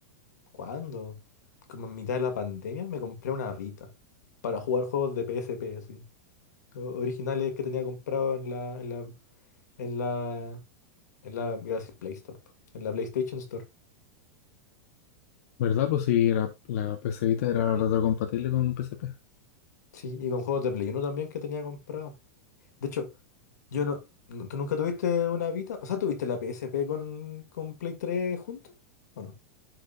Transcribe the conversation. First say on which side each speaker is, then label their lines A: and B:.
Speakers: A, on the left; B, on the left.
A: ¿cuándo? Como en mitad de la pandemia me compré una Vita para jugar juegos de P S P así. o- Originales que tenía comprado en la, en la, en la, en la, iba a decir Play Store, po, en la PlayStation Store.
B: ¿Verdad? Pues sí, la, la PC Vita era retrocompatible con PSP.
A: Sí, y con juegos de Play Uno también que tenía comprado. De hecho, yo no, no- ¿tú nunca tuviste una Vita? O sea, ¿tuviste la PSP con, con Play 3 juntos? ¿O no?